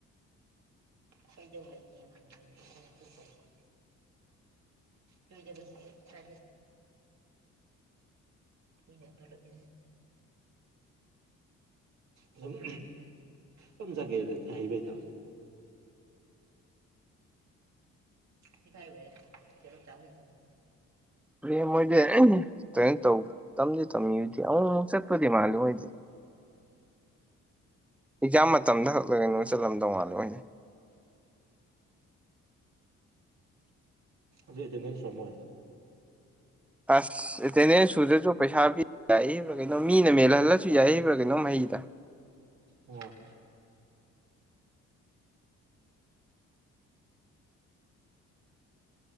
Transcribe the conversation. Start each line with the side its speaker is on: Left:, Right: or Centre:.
Right: ꯀꯩꯗꯧ ꯂꯩꯒꯦ ꯂꯩ <inaudible> ꯎ <inaudible> ꯆ ꯇ ꯃꯤ ꯇꯂ <inaudible> ꯑꯗꯨꯝ ꯑꯗꯨꯝ ꯖꯒꯦ ꯂꯩꯇꯦ ꯍꯩꯕꯩꯗ ꯁꯤꯐꯥꯏ ꯑꯣꯏ ꯀꯂꯣ ꯆꯥꯕ <inaudible>
Centre: ꯑꯦ ꯃꯣꯏꯗꯤ ꯀꯩꯅꯣ ꯇꯧ ꯇꯝꯗꯤ ꯇꯝꯃꯤꯗꯤ ꯑꯃꯨꯛ ꯑꯃꯨꯛ ꯆꯠꯄꯗꯤ ꯃꯥꯜꯂꯤ ꯃꯣꯏꯗꯤ ꯑꯦꯛꯖꯥꯝ ꯃꯇꯝꯗ ꯈꯛꯗ ꯆꯠꯂꯝꯗꯧ ꯃꯥꯜꯂꯦ ꯃꯣꯏꯇꯤ
Right: ꯑꯗꯨ ꯑꯦꯇꯦꯟꯗꯦꯟꯁ‌ꯦ ꯃ‌ꯣꯏ
Centre: ꯑꯁ ꯑꯦꯇꯦꯟꯗꯦꯟꯁ ꯁꯨꯗ꯭ꯔꯁꯨ ꯄꯩꯁꯥ ꯄꯤ ꯌꯥꯔꯤꯕ꯭ꯔꯥ ꯀꯩꯅꯣ ꯃꯤꯅ ꯃꯦꯜꯍꯜꯂꯁꯨ ꯌꯥꯏꯌꯦꯕ꯭ꯔꯥ ꯀꯩꯅꯣ ꯍꯩꯗ
Right: ꯑꯣ